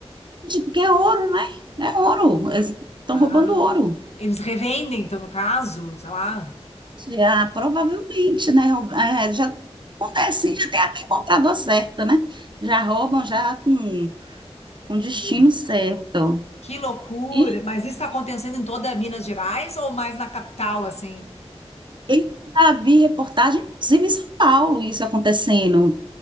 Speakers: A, on the right (about 45°); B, on the left (about 80°).
A: porque é ouro, né? É ouro. Eles estão
B: Ah,
A: roubando ouro.
B: eles revendem, então, no caso, sei lá.
A: Já, provavelmente, né? É, já acontece, já tem até comprador certo, né? Já roubam já com, com destino
B: Que,
A: certo.
B: que loucura.
A: E
B: Mas isso está acontecendo em toda Minas Gerais ou mais na capital, assim?
A: eu já vi reportagem, inclusive em São Paulo, isso acontecendo.